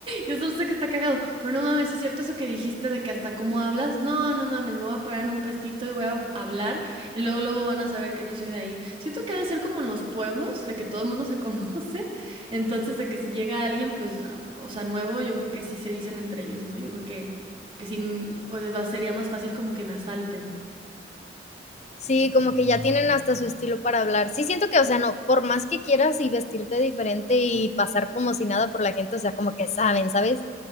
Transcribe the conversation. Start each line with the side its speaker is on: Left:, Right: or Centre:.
Right: Yo solo sé que está cagado, pero no mames, ¿sí es cierto eso que dijiste de que hasta cómo hablas? No, no mames, me voy a parar en un puestito y voy a hablar y luego luego van a saber que no soy de ahí. Siento que ha de ser como en los pueblos, de que todo el mundo se <laughs> conoce, entonces de que si llega alguien, pues, am- o sea, nuevo, yo creo que sí se dicen entre ellos, ¿no? Yo creo que, que sí, mm, pues va- sería más fácil como que me asalten.
Left: Sí, como que ya tienen hasta su estilo para hablar. Sí, siento que, o sea, no, por más que quieras y vestirte diferente y pasar como si nada por la gente, o sea, como que saben, ¿sabes?